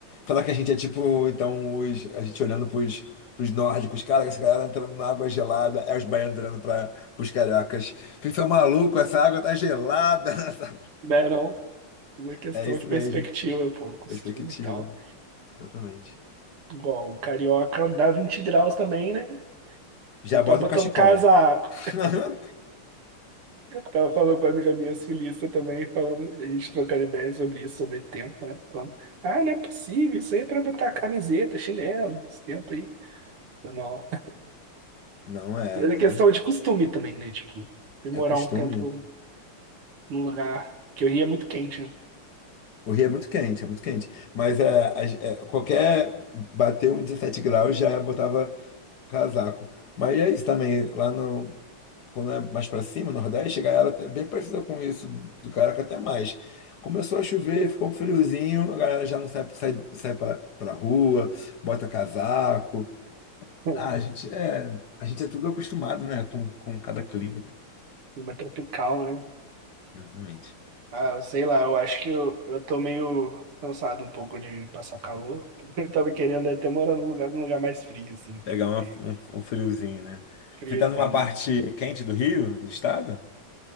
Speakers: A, on the left (about 55°); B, on the right (about 80°).
A: Falar que a gente é tipo, então, os, a gente olhando pros, pros nórdicos, cara, essa galera entrando na água gelada, é os baianos olhando para pros cariocas. Vocês são malucos, essa água tá gelada. <laughs>
B: Não, não. Uma questão
A: É isso
B: de perspectiva,
A: mesmo.
B: pô, costume
A: Perspectiva,
B: e tal.
A: exatamente.
B: Igual, o carioca dá 20 graus também, né?
A: Já
B: Você tá
A: bota
B: botando
A: um cachecol.
B: casaco.
A: <laughs>
B: Tava falando com uma amiga minha sulista também, falando, a gente trocando ideias sobre isso, sobre tempo, né? Falando, ah, não é possível, isso aí é pra botar camiseta, chinelo, esse tempo aí. Eu, Não.
A: Não é,
B: Mas
A: né?
B: é questão de costume também, né? Tipo, se morar
A: É costume.
B: um tempo num lugar. que o Rio é muito quente, né?
A: O Rio é muito quente, é muito quente. Mas é, a ge- é, qualquer bater um 17 graus já botava casaco. Mas é isso também, lá no. Quando é mais pra cima, no Nordeste, a galera é bem parecida com isso, do Caraca até mais. Começou a chover, ficou um friozinho, a galera já não sai, sai, sai pra, pra rua, bota casaco.
B: Pô,
A: Ah, a gente é, a gente é tudo acostumado, né, com, com cada clima.
B: Clima tropical, né?
A: Exatamente.
B: Ah, sei lá, eu acho que eu, eu tô meio cansado um pouco de passar calor. <laughs> Eu tava querendo até morar num lugar, num lugar mais frio, assim, porque
A: Pegar uma- um, um friozinho, né?
B: friozinho.
A: Você tá numa parte quente do Rio, do estado?